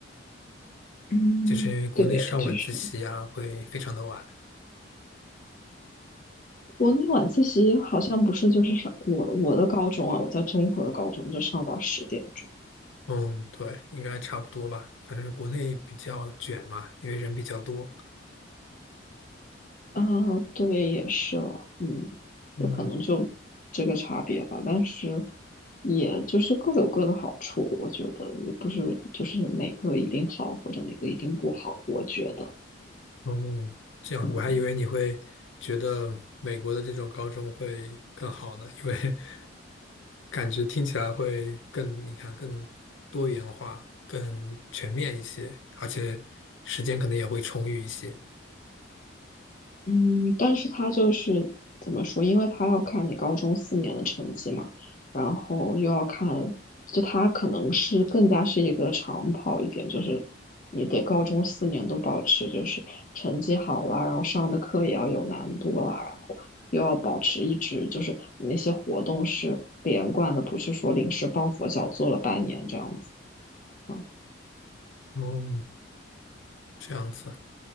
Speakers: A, on the left; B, on the left.
A: 嗯，
B: 就是因为国内上晚自习啊，
A: 对，就是
B: 会非常的晚。
A: 国内晚自习好像不是，就是上我我的高中啊，我在中国的高中就上到十点钟
B: 嗯，对，应该差不多吧。反正国内比较卷嘛，因为人比较多。
A: 啊，对，也是了嗯，
B: 嗯，
A: 就可能就这个差别吧，但是也就是各有各的好处，我觉得也不是就是哪个一定好或者哪个一定不好，我觉得，
B: 哦，这样，
A: 嗯。
B: 我还以为你会觉得美国的这种高中会更好呢，因为 <laughs> 感觉听起来会更，你看更多元化、更全面一些，而且时间可能也会充裕一些。
A: 嗯，但是他就是怎么说？因为他要看你高中四年的成绩嘛，然后又要看，就他可能是更加是一个长跑一点，就是你得高中四年都保持就是成绩好啦，然后上的课也要有难度啦，然后又要保持一直就是你那些活动是连贯的，不是说临时抱佛脚做了半年这样子啊。
B: 哦，这样子，